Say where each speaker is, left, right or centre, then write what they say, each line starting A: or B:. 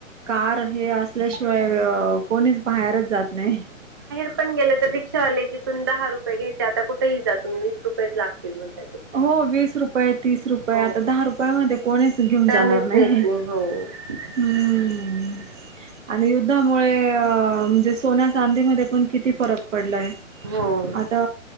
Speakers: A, on the right; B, on the right.
A: कार हे असल्याशिवाय हो अ कोणीच बाहेरच जात नाही <unintelligible>
B: आपण गेले तर रिक्षावाले वाले जिथून दहा रुपये घेयाचे आता कुठेही जा तु्मही वीस रुपये लागतील म्हणता
A: हो वीस रुपये तीस रुपये
B: हो
A: आता दहा रुपया मध्ये कोणी घेऊन
B: त्यानेच
A: जाणार नाही
B: नेत
A: <unintelligible>
B: <unintelligible>
A: हम्म आणि युद्धामुळे अ म्हणजेच सोन्या चांदीमध्ये पण किती फरक पडला आहे
B: हो
A: आता